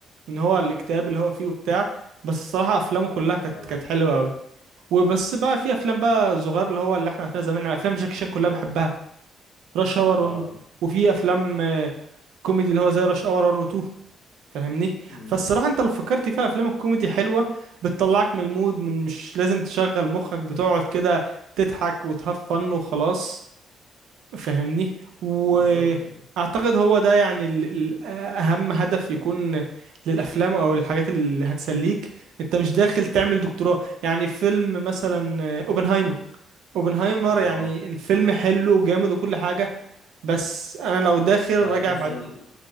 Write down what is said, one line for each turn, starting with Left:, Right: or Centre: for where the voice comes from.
Right: ان هو الاكتئاب اللي هو فيه وبتاع بس الصراحه افلامه كلها كانت
Left: اه
Right: كانت حلوه قوي وبس بقى في افلام بقى صغير اللي هو اللي احنا عرفناها زمان يعني افلام جاكي شان كلها بحبها راش اور
Left: اه
Right: 1 وفي افلام آه، كوميدي اللي هو زي راش اور 1 و 2 فاهمني
Left: م.
Right: فالصراحه انت لو فكرت فيها افلام الكوميدي حلوه بتطلعك من المود من مش لازم تشغل مخك بتقعد كده تضحك وتهفن وخلاص فاهمني واعتقد
Left: بالظبط ايوه
Right: هو ده يعني ال- ال- اهم هدف يكون للافلام او الحاجات اللي هتسليك انت مش داخل تعمل دكتوراه يعني فيلم مثلا آه، اوبنهايمر اوبنهايمر
Left: اه
Right: يعني الفيلم حلو وجامد وكل حاجة بس انا لو داخل
Left: فداخل
Right: راجع بعد